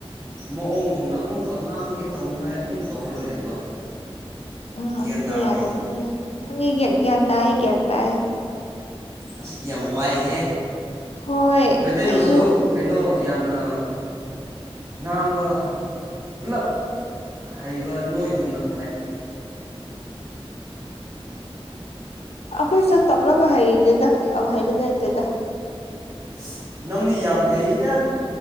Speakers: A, on the right (about 25°); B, on the left (about 80°).
A: ꯃꯑꯣꯡꯒꯨꯝꯅ ꯑꯃꯨꯛꯀ ꯉꯥꯡꯒꯦ ꯇꯧꯅꯤꯡꯉꯥꯏ ꯑꯗꯨꯝ ꯇꯧꯔꯒ ꯂꯩꯕ
B: ꯑꯥ ꯑꯗꯨꯗꯤ
A: ꯒ꯭ꯌꯥꯟ ꯇꯥꯕ꯭ꯔꯣ
B: ꯌꯥꯗꯕꯅꯦ ꯈꯪꯉꯦ ꯒ꯭ꯌꯥꯟ ꯇꯥꯢ ꯒ꯭ꯌꯥꯟ ꯇꯥꯢ
A: ꯑꯁ ꯌꯥꯝ ꯋꯥꯏꯍꯦ
B: ꯍꯣꯏ
A: ꯃꯩꯇꯩꯂꯣꯟꯁꯨ
B: ꯑꯩꯁꯨ
A: ꯀꯩꯅꯣ ꯌꯥꯝꯅ ꯉꯥꯡꯕ ꯄꯨꯂꯞ ꯍꯩꯕ ꯅꯣꯏꯒꯨꯝꯅ ꯍꯥꯏ
B: ꯑꯩꯈꯣꯏꯁꯨ ꯇꯥꯝꯂꯒ ꯍꯩꯔꯤꯅꯦꯗ ꯀꯌꯥꯝ ꯍꯥꯏꯕꯗꯤ ꯅꯠꯇꯦꯗ
A: ꯑꯁ ꯅꯪꯗꯤ ꯌꯥꯝ ꯍꯩꯗ